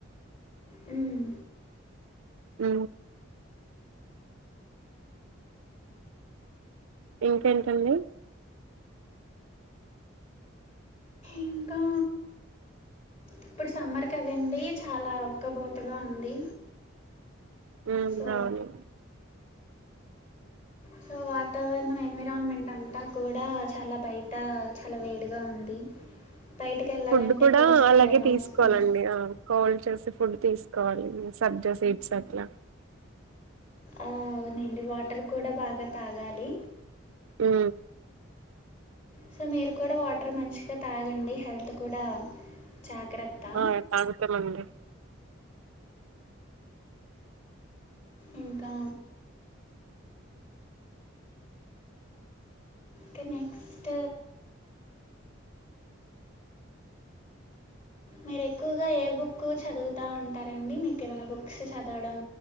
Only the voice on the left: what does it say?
హ్మ్.
ఇంకా ఇప్పుడు సమ్మర్ కదండి చాలా ఉక్కబోతగా ఉంది.
సో,
సో వాతావర్ణం ఎన్విరామెంట్ అంతా కూడా చాలా బయట చాలా వేడిగా ఉంది. బయటికెళ్ళాలంటే
చాలా
భయమేస్తుంది.
ఆ అవునండి వాటర్ కూడా బాగా తాగాలి.
సో మీరు కూడా వాటర్ మంచిగా తాగండి హెల్త్ కూడా జాగ్రత్త
ఇంకా క నెక్స్ట్ మీరు ఎక్కువగా ఏ బుక్ చదువుతూ ఉంటారండి మీకు ఏమైనా బుక్స్ చదవడం